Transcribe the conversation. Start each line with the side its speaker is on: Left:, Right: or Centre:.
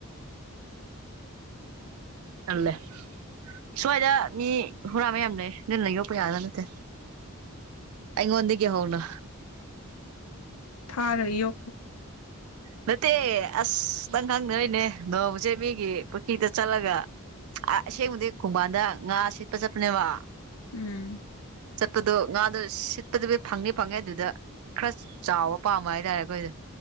Right: ꯑꯂꯦ ꯁ꯭ꯋꯥꯏꯗ ꯃꯤ ꯍꯨꯔꯥ ꯃꯌꯥꯝ ꯂꯩ ꯅꯜꯟꯅ ꯌꯣꯛꯄ ꯌꯥꯒꯗꯥ ꯅꯠꯇꯦ ꯑꯪꯣꯟꯗꯗꯒꯤ ꯍꯎꯅ
Left: ꯊꯥꯔ ꯌꯣ
Right: ꯅꯠꯇꯦ ꯑꯁꯇꯪ ꯈꯪꯗꯣꯏꯅꯦ ꯅꯣꯡꯎꯁꯦ ꯃꯤꯒꯤ ꯄꯨꯈ꯭ꯔꯤꯗ ꯆꯠꯂꯒ ꯑ ꯑꯁꯦꯡꯕꯗꯤ ꯈꯣꯡꯕꯥꯟꯗ ꯉꯥ ꯁꯤꯠꯄ ꯆꯠꯄꯅꯦꯕ
Left: ꯎꯝ
Right: ꯆꯠꯄꯗꯣ ꯉꯥꯗꯣ ꯁꯤꯠꯄꯗꯨꯕꯨ ꯐꯪꯅꯤ ꯐꯪꯉꯦ ꯑꯗꯨꯗ ꯈꯔ ꯆꯥꯎꯕ ꯄꯥꯝꯕ ꯍꯥꯏꯇꯥꯔꯦ ꯑꯩꯈꯣꯏꯗꯣ